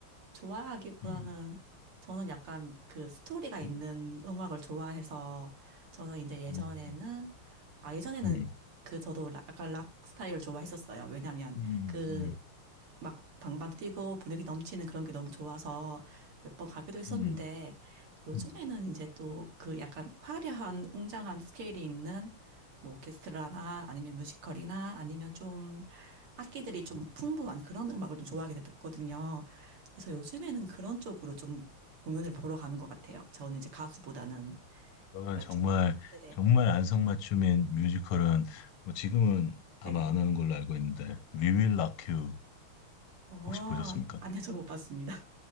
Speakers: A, on the right; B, on the left.
A: 좋아하기보다는
B: 음,
A: 저는 약간 그 스토리가 있는
B: 음.
A: 음악을 좋아해서 저는 이제 예전에는
B: 음.
A: 아 예전에는
B: 음,
A: 그 저도 라- 약간 락 스타일을 좋아했었어요. 왜냐면
B: 음,
A: 그
B: 음,
A: 막 방방 뛰고 분위기 넘치는 그런 게 너무 좋아서 몇 번 가기도 했었는데
B: 음,
A: 요즘에는
B: 음,
A: 이제 또 그 약간 화려한 웅장한 스케일이 있는 뭐 오케스트라나 아니면 뮤지컬이나 아니면 좀 악기들이 좀
B: 음.
A: 풍부한 그런 음악을 좀 좋아하게 됐거든요. 그래서 요즘에는 그런 쪽으로 좀 공연을 보러 가는 것 같아요. 저는 이제 가수보다는
B: 그러면
A: 약간
B: 정말
A: 좀, 네네,
B: 정말 안성맞춤인 뮤지컬은 뭐 지금은 아마
A: 네네.
B: 안 하는 걸로 알고 있는데 We Will Rock You
A: 어,
B: 혹시 보셨습니까?
A: 아니요, 저 못 봤습니다. <laughs>